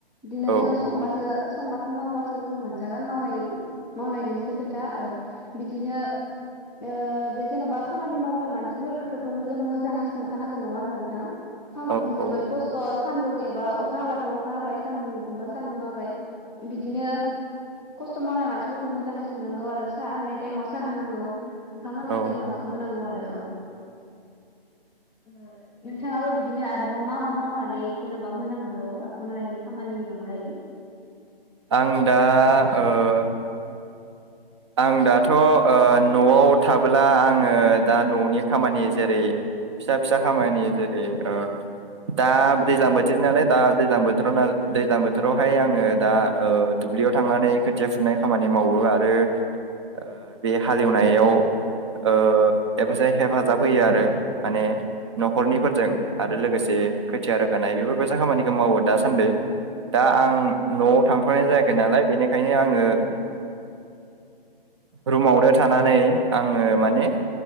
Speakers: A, in the centre; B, on the right.
A: बिदिनो
B: औ
A: जोङो संबासो संबासो मावबासो जों मोनजागोन मावनाय मावनायजोंसो खोथा औ बिदि बिदिनो ओ बे जेनबा खामानि मावग्रा मानसिफोरखौथ' मोन जों मोजाङै सोंखानांगोन नङा होनबा नोंथां? <unintelligible>
B: औ
A: जोबोर
B: औ
A: खस्थ' सान्दुं एबा अखा हाबाथ' अखा हाबाय सान्दुं दुंबा सान्दुं हाबाय बिदिनो खस्थ' मावनाय मानसिफोरखौ मोजाङै सोंनांगौ आरो साहा होनाय टाइमाव साहा होनांगौ। ओंखामा होनाय
B: औ
A: टाइमाव ओंखाम होनांगौ आरो। औ। नोंथाङाबो बिदिनो आरोबाव मा मा मावनानै जेनबा मोजां मोनबावो अनलाइननि खामानिनि अनगायै?
B: आं दा ओ आं दाथ' ओ न'आव थाबोला आङो दा न'नि खामानि जेरै फिसा फिसा खामानि जेरै ओ दा दैज्लां बोथोरनि नालाय दा दैज्लां बोथोराव दैज्लां बोथोरावहाय आङो दा ओ दुब्लियाव थांनानै खोथिया फुनाय खामानि मावो आरो ओ बे हालेवनायाव ओ हेफाजाय हेफाजाब होयो आरो। माने न'खरनिफोरजों। आरो लोगोसे खोथिया रोगानाय बेफोर बे बायसा खामानिखौ मावो दा सान्दै। दा आं न'आव थांथनाय जायाखै नालाय बेनिखायनो आं आङो रुमावनो थानानै आङो माने